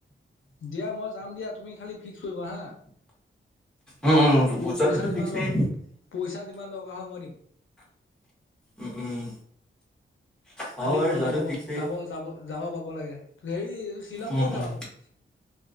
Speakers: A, on the left; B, in the centre.
A: দিয়া মই যাম দিয়া, তুমি খালী ফিক্স কৰিবা হা।
B: উম উম
A: প
B: যোৱাটোতো
A: পইচা যিমান
B: ফিক্সেই
A: দৰকা, পইচা যিমান দৰকাৰ হয় মই দিম।
B: উম', উম। হ'ব
A: খালি
B: বাৰু
A: মই
B: যোৱাটো
A: যাব পাব,
B: ফিক্সেই।
A: যাব, যাব, যাব পাব লাগে, হেৰি, এই শ্বিলং
B: উম
A: ক'ত
B: উম
A: যাবা তুমি।